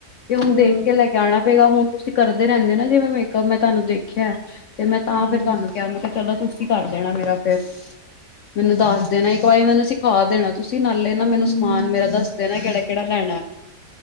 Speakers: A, on the left; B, on the right.
A: ਤੇ ਹੁਣ
B: ਹੂੰ
A: ਦੇਖ ਕੇ ਲੈ ਕੇ ਆਣਾ ਪਏਗਾ ਹੁਣ ਤੁਸੀਂ ਕਰਦੇ ਰੈਂਦੇ ਨਾ ਜਿਵੇਂ ਮੇਕਅਪ ਮੈਂ ਤਾਨੂੰ ਦੇਖਿਆ ਤੇ ਮੈਂ ਤਾਂ
B: ਹੂੰ
A: ਫੇਰ ਤਾਨੂੰ ਕਿਆ, ਮੈਂ ਕਿਆ ਚਲੋ ਤੁਸੀਂ ਕਰ ਦੇਣਾ ਮੇਰਾ ਫਿਰ। ਮੈਨੂੰ ਦੱਸ
B: ਹਾਂ
A: ਦੇਣਾ ਇੱਕ ਵਾਰੀ ਮੈਨੂੰ ਸਿਖਾ ਦੇਣਾ ਤੁਸੀਂ ਨਾਲੇ ਨਾ
B: ਹੂੰ
A: ਮੈਨੂੰ ਸਮਾਨ ਮੇਰਾ ਦੱਸ ਦੇਨਾ ਕੇੜਾ-ਕੇੜਾ ਲੈਣਾ।